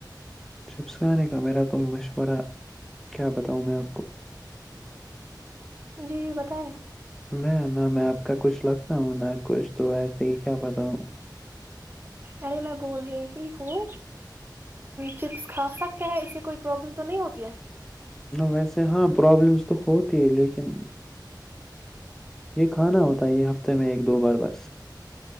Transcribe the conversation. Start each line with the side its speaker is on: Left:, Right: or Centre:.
Centre: چپس کانے کا میرا تم مشورہ کیا بتاؤ میں آپ کو
Right: جی بتائیے
Centre: میں نہ میں آپ کا کچھ لگتا ہوں ن کچھ تو ایسے ہی کیا بتاؤں
Right: ارے میں بول رہی ہوں چپس کھا سکتے ہیں اس سے کوئی پرابلم تو نہیں ہوتی ہے
Centre: ویسے ہاں پروابلمس تو ہوتی ہے لیکن یہ کھانا ہوتا ہے یہ ہفتے میں ایک دو بار بس